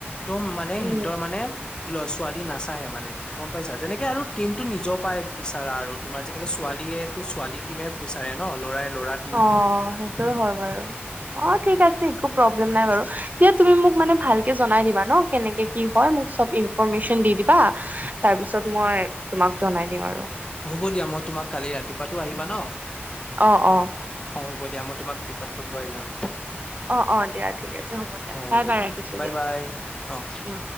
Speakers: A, on the left; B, on the right.
A: ত' মানে
B: উম।
A: হিনহঁৰ মানে ল ছোৱালী নাচায়ে মানে গ'ম পাইছা যেনেকে আৰু টিম টো নিজ পাই বিচাৰা আৰু তোমাৰ যেনেকে ছোৱালীয়ে টো ছোৱালী টিমে বিচাৰে ন', ল'ৰাই ল'ৰাক
B: অঁ সেইটোয়ে হয় বাৰু অঁ ঠিক আছে, একো প্ৰব্লেম নাই বাৰু দিয়া তুমি মোক মানে ভালকে জনাই দিবা ন' কেনেকে কি হয়, মোক চ'ব ইনফৰমেশচন দি দিবা তাৰ পিছত মই তোমাক জনাই দিম আৰু।
A: হ'ব দিয়া মই তোমাক কালি ৰাতিপুৱাতো আহিবা ন?
B: অ', অ'।
A: অঁ হ'ব দিয়া মই তোমাক পিক আপ কৰিব আহি যাম।
B: অ', অ', দিয়া ঠিক আছে দিয়া
A: অঁ হ'ব
B: বাই বাই
A: দিয়া,
B: ৰাখিছোঁ
A: বাই বাই অঁ।
B: অ।